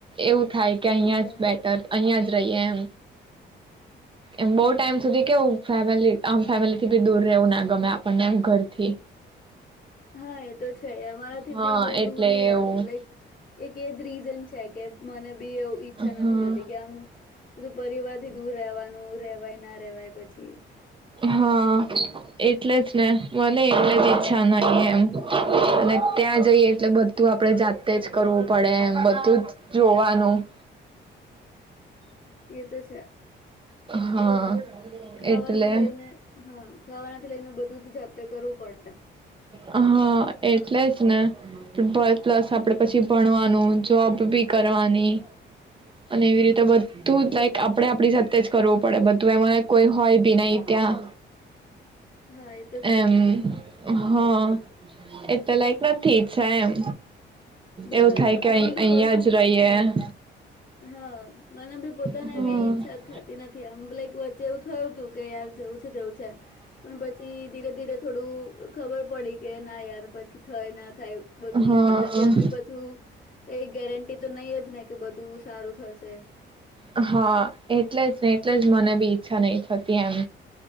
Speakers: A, on the right; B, on the left.
A: એવું. થાય કે અહિયાં
B: ઓકે
A: જ બેટર અહિયાં જ રહીએ એમ એમ બહુ ટાઈમ સુધી કેવું ફેમિલી આમ ફેમિલી થી બી દૂર રહેવું ના ગમે આપણને ઘર પછી
B: હા એ તો છે યાર મારાથી
A: હા
B: બી બહુ
A: એટલે
B: દૂર નહી રવાતું
A: એવું
B: લાઈક એક એ જ રીઝન છે કે મને બી એવ ઈચ્છા નથી
A: હા
B: થતી કે આમ બધું પરિવાર થી દૂર રહેવાનું રહેવાય ના રેવાય પછી
A: હા એટલે જ ને મને એટલે જ ઈચ્છા નહી એમ અને ત્યાં જઈએ એટલે બધું આપડે જાતે જ કરવું પડે એમ બધું જ જોવાનું <inaudible>
B: એ તો છે
A: હા
B: ખાવાનું
A: એટલે
B: લઈને હા ખાવાનાથી લઈને બધું જ જાતે કરવું પડે
A: હા એટલે જ ને પ્લસ આપડે પછી ભણવાનું જોબ બી કરવાની અને એવી રીતે બધું લાઈક આપડે આપડી સાથે જ કરવું પડે બધું એમાં કોઈ હોય બી નઈ ત્યાં
B: હા એ તો છે
A: એમ હા એટલે લાઈક નથી ઇચ્ચા એમ
B: બરાબર
A: એવું થાય કે અહી
B: મને બી
A: અહિયાં
B: પર્સનલ
A: જ રહીએ
B: હા મને બી પોતાને
A: હ
B: એ ઈચ્છા થતી નથી આમ લઈક વચ્ચે એવું થયું તું કે યાર જવું છે જવું છે પણ પછી ધીરે ધીરે થોડું ખબર પડી કે ના યાર પછી થાય ના થાય બધું
A: હા
B: અને ત્યાં બી પછું કઈ ગેરંટી તો નહી જ ને કે બધું સારું થશે
A: હા એટલે જ ને એટલે જ મને બી ઈચ્છા નહી થતી એમ